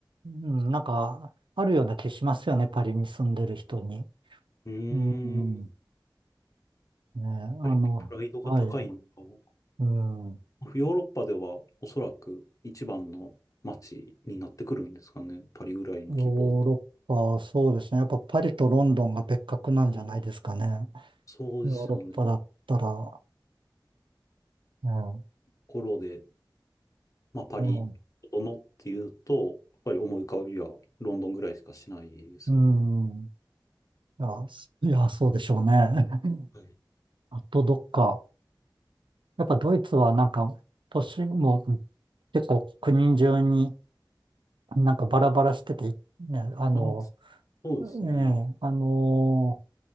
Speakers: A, on the right (about 80°); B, on the left (about 40°).
A: うん、なんか、あるような気しますよね、パリに住んでる人に。
B: ーん、
A: うん。
B: やっ
A: ね、あの、
B: ぱりプライドが高いのかも。
A: はい、うん。
B: ヨーロッパではおそらく一番の街になってくるんですかね。パリぐらいの規模だと。
A: ヨーロッパ、そうですね。やっぱパリとロンドンが別格なんじゃないですかね。
B: ああ、そうですよね。
A: ヨーロッパだったら、
B: と
A: うん、
B: ころで、まあ、パリ、
A: うん、
B: どのっていうと、やっぱり思い浮かびはロンドンぐらいしかしないですよね。
A: うん。いや、すいや、そうでしょうね。<laughs>
B: はい。
A: あとどっか。やっぱドイツはなんか、都市も結構国中になんかバラバラしてて、ね、あの、
B: ああそうですね。
A: ね、あの、